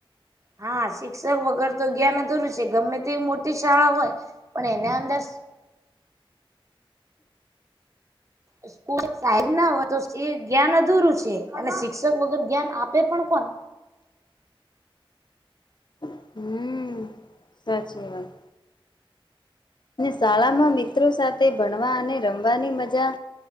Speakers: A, on the right; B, on the left.
A: હા શિક્ષક વગર તો જ્ઞાન અધૂરું છે. ગમે તે મોટી શાળા હોય પણ એના અંદર <inaudible> કોઈ સાહેબ ના હોય તો એ જ્ઞાન અધૂરું છે. અને શિક્ષક વગર જ્ઞાન આપે પણ કોણ.
B: હમ સાચી વાત. શાળામાં મિત્રો સાથે તે ભણવા અને રમવાની મજા